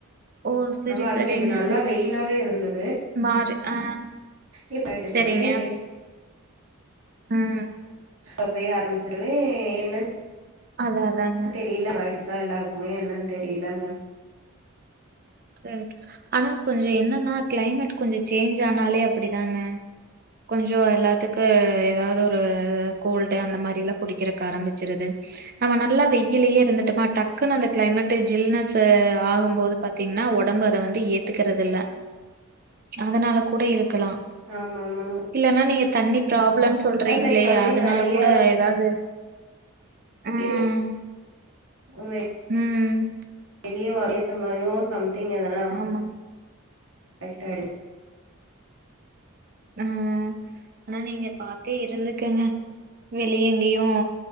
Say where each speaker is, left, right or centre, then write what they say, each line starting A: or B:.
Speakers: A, on the right; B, on the right.
A: ஓ சரி
B: நாங்க அதுக்கே
A: சரிங்க
B: இப்ப நல்லா வெயிலாவே இருந்தது
A: மாறு ஆ
B: ஏ
A: சரிங்க
B: <unintelligible>
A: ம்
B: அப்பயே ஆரம்பிச்சிருவே என்னன்
A: அத் அதான்
B: தெரியல மாயிடுச்சா எல்லாருக்குமே என்னன்னு தெரியலங்க
A: சரி ஆனா கொஞ்சோ என்னன்னா கிளைமேட் கொஞ்சோ சேஞ்ச் ஆனாலே அப்படிதாங்க கொஞ்சோ எல்லாத்துக்கு ஏதாவது ஒரு கோல்டு அந்த மாதிரில்லாம் புடிக்கிறக்கதுக்கு ஆரம்பிச்சிருது நம்ம நல்லா வெயிலேயே இருந்துட்டோமா டக்குன்னு அந்த கிளைமேட்
B: ம்
A: ஜில்னஸ் ஆகும்போது பாத் தீங்ன்னா ஒடம்பு அத வந்து ஏத்துக்கற்றது இல்ல அதனால கூட இருக்கலா
B: ஆமாமாங்க
A: இல்லன்னா நீங்க தண்ணி ப்ராப்ளம் சொல்றீங்களே
B: பெஞ்சாலே
A: அதனால
B: நெறைய
A: கூட ஏதாவது
B: கிரு
A: ம்,
B: வே
A: ம்
B: வெளியே வர ஏத்தமாறியோ சம்திங் எதனா
A: ஆமா
B: <unintelligible>
A: அ ஆனா நீங்க பாத்தே இருந்துக்கங்க வெளிய எங்கேயு